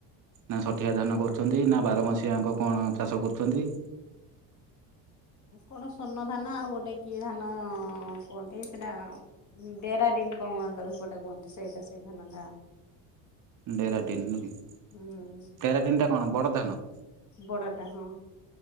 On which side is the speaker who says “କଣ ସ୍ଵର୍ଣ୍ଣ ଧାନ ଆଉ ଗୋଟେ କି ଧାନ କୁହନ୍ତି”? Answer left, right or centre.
Left